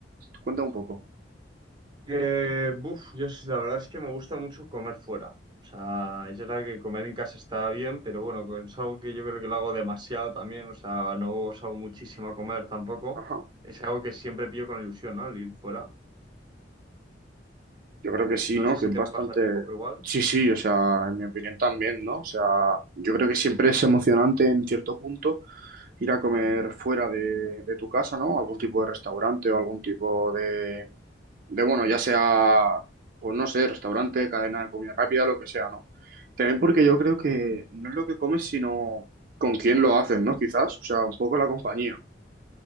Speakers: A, on the right; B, on the right.
A: Cuéntame un poco.
B: Eh, buf, yo sí, la verdad es que me gusta mucho comer fuera. O sea, es verdad que comer en casa está bien, pero bueno, es algo que yo creo que lo hago demasiado también. O sea, no salgo muchísimo a comer tampoco.
A: Ajá.
B: Es algo que siempre pillo con ilusión, ¿no? El ir fuera.
A: Yo creo que sí,
B: No
A: ¿no?
B: sé
A: Que
B: si
A: es bastante...
B: te pasa a ti un poco igual.
A: Sí, sí, o sea, en mi opinión también, ¿no? O sea, yo creo que siempre es emocionante en cierto punto ir a comer fuera de, de tu casa, ¿no? Algún tipo de restaurante o algún tipo de, de, bueno, ya sea, pues no sé, restaurante, cadena de comida rápida, lo que sea, ¿no? También porque yo creo que
B: Ujú,
A: no es lo que comes, sino con quién lo haces, ¿no? Quizás, o sea, un poco la compañía.